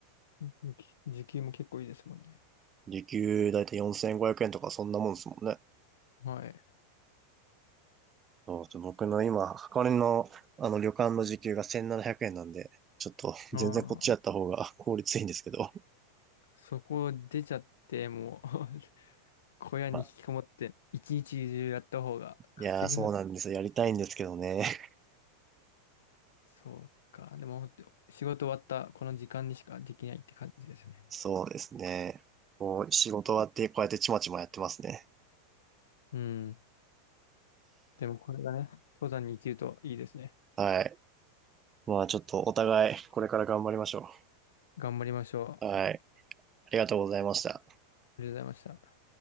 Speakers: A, on the left; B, on the right.
A: 時時給も結構いいですもんね。
B: 時給だいたい4500円とかそんなもんですもんね。
A: はい。
B: そうそう僕の今、箱根のあの旅館の時給が1700円ななひゃくえんなんで、ちょっと <laughs>
A: ああ、
B: 全然こっちやった方が <laughs> 効率いいんですけど。
A: そこ出ちゃって、もう <laughs> 小屋に引きこもって、
B: まあ、
A: 一日中やった方が稼ぎます。
B: いやーそうなんですよ。やりたいんですけどね。<laughs>
A: そうか。でも、本当仕事終わったこの時間にしかできないって感じですよね。
B: そうですね。こう、仕事終わってこうやってちまちまやってますね。
A: うん。でも、これがね、登山に生きるといいですね。
B: はい。まあちょっとお互いこれから頑張りましょ
A: 頑張りましょう。
B: う。はい。ありがとうございました。
A: りがとうございました。